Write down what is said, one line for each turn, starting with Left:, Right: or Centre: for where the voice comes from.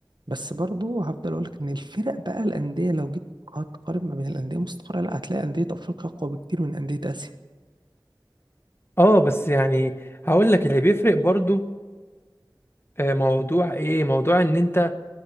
Right: بس برضه هفضل اقول لك ان الفرق بقى الاندية لو جيت هتقارن ما بين الاندية مستقرة لا هتلاقي اندية افريقيا اقوى بكتير من اندية اسيا
Left: اه بس يعني هقول لك اللي بيفرق برضو آه، موضوع ايه موضوع ان انت